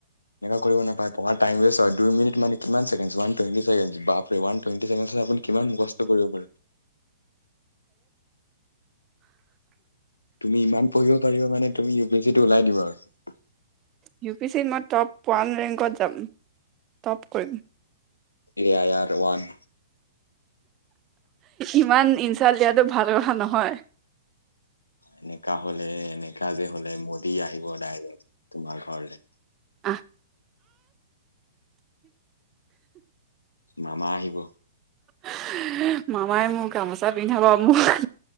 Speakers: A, on the left; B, on the right.
A: এনেকুৱা কৰিব নাপায় পঢ়াত টাইম ৱেচট হয়। দুই মিনি মানে কিমান ছেকেণ্ড ওৱান টোৱেণ্টি ছেকেণ্ডচ বাপৰে ৱান টোৱেন টি ছেকেণ্ডত আপুনি কিমান মুখস্থ কৰিব পাৰে। তুমি ইমান পঢ়িব পাৰিব মানে তুমি ইউ পি এছিটো ওলাই দিবা আৰু
B: ইউ পি চি মই টপ ওৱান ৰেংকত যাম, টপ কৰিম।
A: এ আয়াৰ ৱান।
B: ইমান ইনছাল দিয়াটো ভাল কথা নহয়।
A: এনেকা হলে এনেকা যে হলে মোদী আহিব ডাইৰেক্ট তোমাৰ ঘৰলৈ।
B: আহ।
A: মামা আহিব।
B: আহ মামাই মোৰ গামোচা পিন্ধাব মোক।